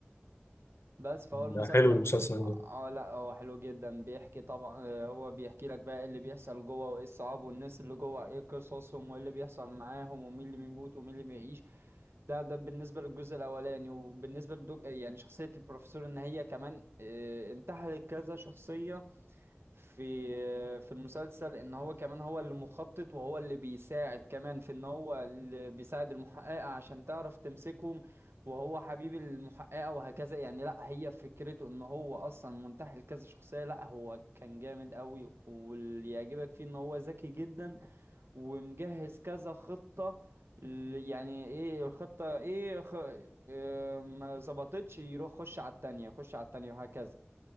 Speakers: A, on the right; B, on the left.
A: بس فهو المسلسل
B: ده حلو المسلسل
A: اه
B: ده
A: آه، لا هو حلو جدا بيحكي طبعا آه، هو بيحكي لك بقى ايه اللي بيحصل جوه وايه الصعاب والناس اللي جوه ايه قصصهم وايه اللي بيحصل معاهم ومين اللي بيموت ومين اللي بيعيش ده ده بالنسبة للجزء الاولاني وبالنسبة للدك يعني شخصية البروفيسور ان هي كمان آه، انتحلت كذا شخصية في في المسلسل ان هو كمان هو اللي مخطط وهو اللي بيساعد كمان في ان هو اللي بيساعد المحققة عشان تعرف تمسكهم وهو حبيب المحققة وهكذا يعني لا هي فكرته ان هو اصلا منتحل كذا شخصية لا هو كان جامد قوي واللي يعجبك فيه ان هو ذكي جدا ومجهز كذا خطة ل- يعني ايه الخطة ايه خ... إيه ما ظبطتش يروح خش على التانية خش على التانية وهكذا